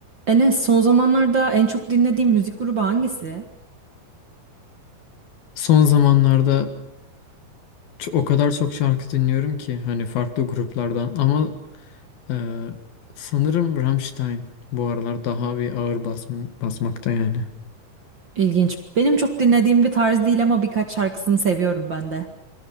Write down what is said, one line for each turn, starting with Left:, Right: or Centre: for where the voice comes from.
Right: Enes, son zamanlarda en çok dinlediğim müzik grubu hangisi?
Left: Son zamanlarda ç- o kadar çok şarkı dinliyorum ki hani farklı gruplardan ama e, sanırım Rammstein bu aralar daha bir ağır bas basmakta yani.
Right: İlginç. Benim çok dinlediğim bir tarz değil ama birkaç şarkısını seviyorum ben de.